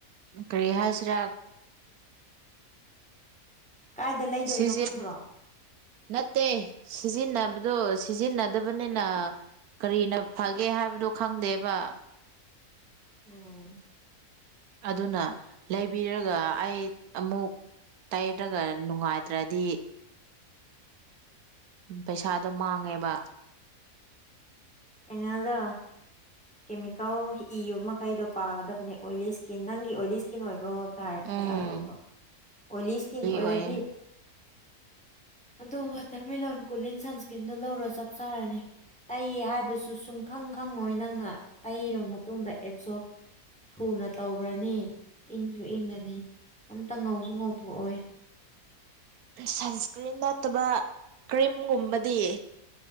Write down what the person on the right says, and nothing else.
ꯀꯔꯤ ꯍꯥꯏꯁꯤꯔꯥ
ꯁꯤꯖꯤꯟ
ꯅꯠꯇꯦ ꯁꯤꯖꯤꯟꯅꯕꯗꯨ ꯁꯤꯖꯤꯟꯅꯗꯕꯅꯤꯅ ꯀꯔꯤꯅ ꯐꯒꯦ ꯍꯥꯏꯕꯗꯨ ꯈꯪꯗꯦꯕ
ꯑꯗꯨꯅ ꯂꯩꯕꯤꯔꯒ ꯑꯩ ꯑꯃꯨꯛ ꯇꯩꯔꯒ ꯅꯨꯡꯉꯥꯏꯇ꯭ꯔꯗꯤ ꯎꯝ ꯄꯩꯁꯥꯗꯣ ꯃꯥꯡꯉꯦꯕ
ꯑꯣꯏꯂꯤ
ꯑꯣꯏꯌꯦ
ꯁꯟꯁꯀ꯭ꯔꯤꯟ ꯅꯠꯇꯕ ꯀ꯭ꯔꯤꯝꯒꯨꯝꯕꯗꯤ